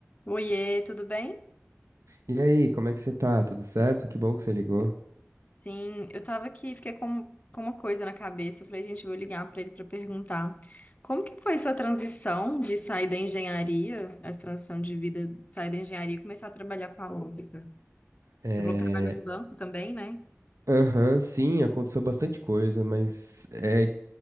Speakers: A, on the left; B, on the right.
A: Oiê, tudo bem?
B: E aí, como é que você tá? Tudo certo? Que bom que você ligou.
A: Sim, eu tava aqui, fiquei com, com uma coisa na cabeça. Eu falei, gente, eu vou ligar pra ele pra perguntar. Como que foi sua transição de sair da engenharia, a transição de vida, de sair da engenharia e começar a trabalhar com a música?
B: É...
A: Você falou que trabalhou em banco também, né?
B: Aham, sim, aconteceu bastante coisa, mas é...